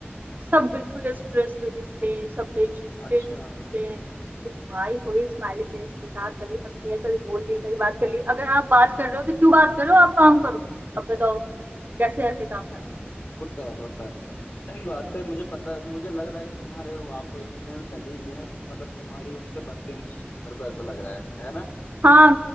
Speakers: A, on the right; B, on the left.
A: सब बिल्कुल स्ट्रेस में दिखते हैं सब टेंशन
B: अच्छा
A: टेंस दिखते हैं भाई थोड़ी स्माइली फेस के साथ कभी हंस लिया कभी बोल लिए कभी बात कर लिए अगर आप बात कर रहे हो तो क्यों बात करो आप काम करो
B: <laughs>
A: अब बताओ कैसे ऐसे काम कर
B: हाँ
A: सकते
B: होता है होता है सही बात है मुझे पता मुझे लग रहा है कि तुम्हारे वहाँ पे जितने भी कलीग्स हैं मतलब तुम्हारी उनसे बनती नहीं है मेरे को ऐसा लग रहा है है ना
A: हाँ